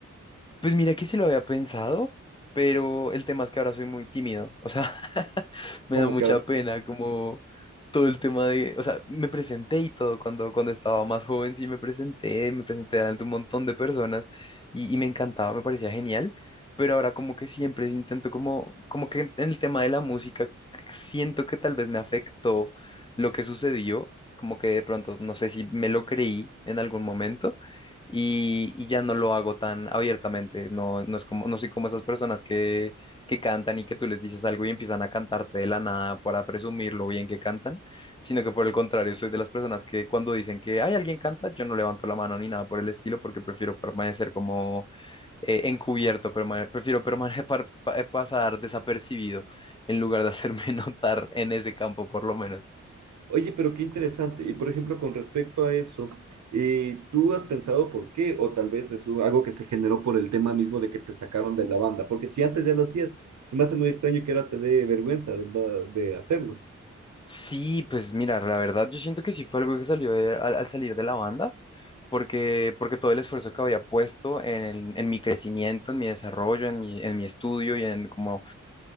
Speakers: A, on the left (about 15°); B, on the right (about 75°).
A: Pues mira que sí lo había pensado, pero el tema es que ahora soy muy tímido, o sea, <laughs> me
B: Como
A: da mucha
B: que ahora
A: pena como todo el tema de, o sea, me presenté y todo cuando, cuando estaba más joven, sí me presenté, me presenté ante un montón de personas y, y me encantaba, me parecía genial, pero ahora como que siempre intento como, como que en el tema de la música siento que tal vez me afectó lo que sucedió, como que de pronto no sé si me lo creí en algún momento y, y ya no lo hago tan abiertamente. No, no es como, no soy como esas personas que, que cantan y que tú les dices algo y empiezan a cantarte de la nada para presumir lo bien que cantan, sino que por el contrario, soy de las personas que cuando dicen que hay alguien canta, yo no levanto la mano ni nada por el estilo porque prefiero permanecer como eh, encubierto, perma- prefiero permanecer, pasar desapercibido en lugar de hacerme <laughs> notar en ese campo por lo menos.
B: Oye, pero qué interesante. Y por ejemplo, con respecto a eso, eh, ¿tú has pensado por qué? O tal vez es u- algo que se generó por el tema mismo de que te sacaron de la banda. Porque si antes ya lo hacías, se me hace muy extraño que ahora te dé vergüenza de, no- de hacerlo.
A: Sí, pues mira, la verdad yo siento que sí fue algo que salió de- al al salir de la banda. porque, porque todo el esfuerzo que había puesto en, el- en mi crecimiento, en mi desarrollo, en mi, en mi estudio y en como